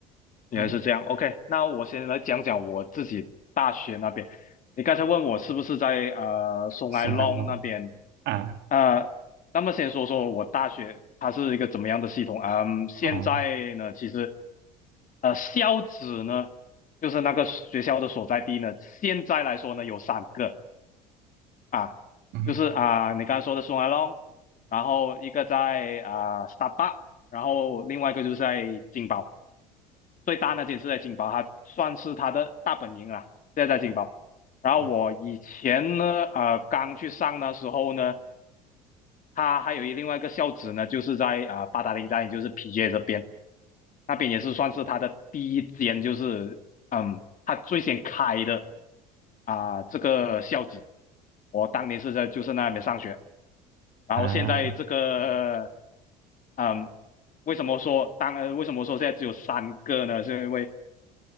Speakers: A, on the left; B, on the right.
A: 原来是这样，OK，
B: 嗯，
A: 那我先来讲讲我自己大学那边。你刚才问我是不是在呃松来隆那边，
B: 苏埃弄啊，
A: 呃，那么先说说我大学它是一个怎么样的系统。嗯，现在呢，
B: 哦，
A: 其实呃校址呢，就是那个学校的所在地呢，现在来说呢有三个啊，
B: 嗯
A: 就是啊、你刚才说的松来隆，然后一个在啊、s t a r b u c k 然后另外一个就是在金宝。最大那间是在金宝，它算是它的大本营啦，现在在金宝。然后我以前呢，
B: 嗯
A: 呃，刚去上的时候呢，它还有另外一个校址呢，就是在啊、呃八达岭站，也就是 PJ 这边，那边也是算是它的第一间，就是嗯，它最先开的啊、这个校址。我当年是在就是那边上学，然后现在这个，
B: 啊，
A: 嗯，为什么说当为什么说现在只有三个呢？是因为